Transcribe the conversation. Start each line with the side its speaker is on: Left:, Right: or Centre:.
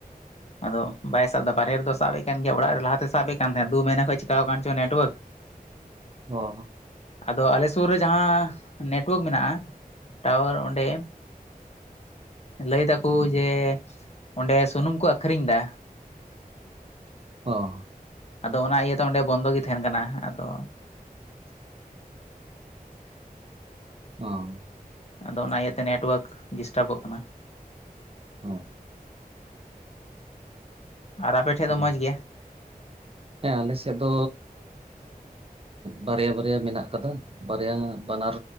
Left: ᱟᱫᱚ ᱵᱟᱭ ᱥᱟᱵ ᱮᱫᱟ ᱵᱟᱨᱦᱮ ᱨᱮᱫᱚ ᱥᱟᱵᱼᱮᱫ ᱠᱟᱱ ᱜᱮᱭᱟ ᱚᱲᱟᱜ ᱨᱮ ᱞᱟᱦᱟᱛᱮ ᱥᱟᱵ ᱮᱫ ᱠᱟᱱ ᱛᱟᱦᱮᱫ ᱫᱩ ᱢᱟᱹᱦᱱᱟᱹ ᱠᱷᱚᱡ ᱪᱤᱠᱠᱟ ᱪᱚᱝ ᱱᱮᱴᱣᱟᱨᱠ, <inaudible>
Right: ᱚ ᱦᱚᱸ
Left: ᱟᱫᱚ ᱟᱞᱮ ᱥᱩᱨ ᱨᱮ ᱡᱟᱦᱟᱸ ᱱᱮᱴᱳᱣᱟᱨᱠ ᱢᱮᱱᱟᱜ-ᱟ ᱴᱟᱣᱟᱨ ᱚᱸᱰᱮᱼ ᱞᱟᱹᱭ ᱫᱟᱠᱚ ᱡᱮ ᱚᱸᱰᱮ ᱥᱩᱱᱩᱢ ᱠᱚ ᱟᱹᱠᱷᱨᱤᱧ ᱫᱟ᱾
Right: ᱚ
Left: ᱟᱫᱚ ᱚᱱᱟ ᱤᱭᱟᱹᱛᱮ ᱚᱸᱰᱮ ᱵᱚᱱᱫᱚ ᱜᱮ ᱛᱟᱦᱮᱱ ᱠᱟᱱᱟ ᱟᱫᱚᱼᱼ
Right: ᱚᱻ
Left: ᱟᱫᱚ ᱚᱱᱟ ᱤᱭᱟᱹᱛᱮ ᱱᱮᱴᱳᱣᱟᱨᱠ ᱰᱤᱥᱴᱟᱵᱚᱜ ᱠᱟᱱᱟ᱾
Right: <inaudible>
Left: ᱟᱨ ᱟᱯᱮᱴᱷᱮᱡ
Right: ᱦᱩᱸ᱾
Left: ᱫᱚ ᱢᱚᱡᱽ ᱜᱮᱭᱟ᱾
Right: ᱦᱮᱸ ᱟᱞᱮᱥᱮᱫ ᱫᱚ ᱵᱟᱨᱭᱟ ᱵᱟᱨᱭᱟ ᱢᱮᱱᱟᱜ ᱟᱠᱟᱫᱟ᱾ ᱵᱟᱨᱭᱟ ᱵᱟᱱᱟᱨ